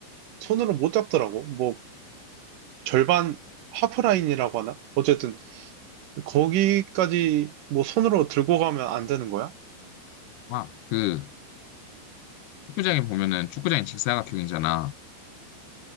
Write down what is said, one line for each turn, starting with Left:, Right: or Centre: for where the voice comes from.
Right: 손으로 못 잡더라고. 뭐, 절반 하프라인이라고 하나? 어쨌든 거기까지 뭐 손으로 들고 가면 안 되는 거야?
Left: 와, 그 축구장에 보면은 축구장이 직사각형이잖아.